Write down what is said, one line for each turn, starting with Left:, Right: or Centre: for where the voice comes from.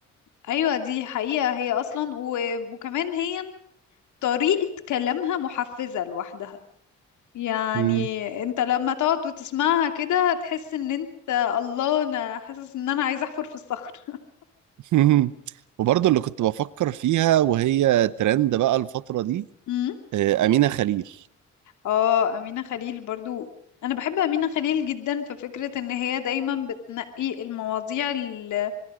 Left: ايوه دي حقيقة هي اصلا و... وكمان هي طريقة كلامها محفزة لوحدها يعني
Right: مم.
Left: انت لما تقعد وتسمعها كده تحس ان انت الله انا حاسس ان انا عايزة احفر في الصخر <laughs>
Right: <laughs> وبرضه اللي كنت بفكر فيها وهي ترند بقى الفترة دي
Left: أمم.
Right: آه، أمينة خليل
Left: اه امينة خليل برضو انا بحب امينة خليل جدا في فكرة ان هي دايما بتنقي المواضيع ال-